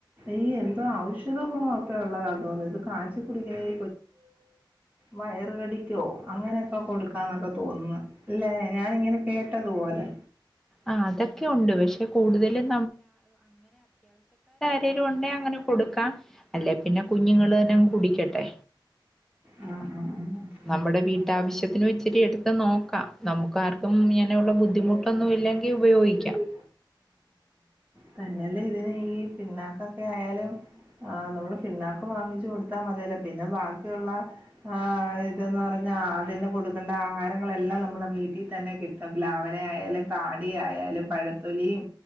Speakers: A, on the right; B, in the centre.
A: ഈ എന്തോ ഔഷധ ഗുണോ ഒക്കെ ഉള്ളതാ തോന്നു ഇത് കാച് കുടിക്കണേ വയറ് കടിക്കോ അങ്ങനെയൊക്കെ കൊടുക്കാന്നൊക്കെ തോന്നുന്നു അല്ലെ ഞാനിങ്ങനെ കേട്ടതു പോലെ
B: ആഹ് അതൊക്കെ ഉണ്ട് പക്ഷെ കൂടുതലും തേലു ഉണ്ടെ അങ്ങനെ കൊടുക്കാം അല്ലെ പിന്നെ കുഞ്ഞുങ്ങൾ തന്നെങ് കുടിക്കട്ടെ
A: ആ ആ ഉ
B: നമ്മുടെ വീട്ടാവശ്യത്തിനും ഇച്ചിരി എടുത്ത് നോക്കാം നമുക്ക് ആർക്കും ഇങ്ങനെയുള്ള ബുദ്ധിമുട്ടൊന്നും
A: ഉ
B: ഇല്ലെങ്കിൽ ഉപയോഗിക്കാം
A: ഉ ഉ ത അല്ല ഇതിന് ഈ പിണ്ണാക്കൊക് ക്കെ ആയാലും ആ നമ്മള് പിണ്ണാക്കും വാങ്ങിച്ചു കൊടുത്താൽ മതീലെ പിന്നെ ബാക്കിയുള്ള ആ ഇതന്ന് പറഞ്ഞ ആതിന്ന് കൊടുക് വെണ്ണ ആഹാരങ്ങളെല്ലാം നമ്മുടെ വീട്ടിൽ തന്നെ കി പ്പം പ്ലാവെല ആയാലും കാടി ആയാലും പഴത്തൊലിയും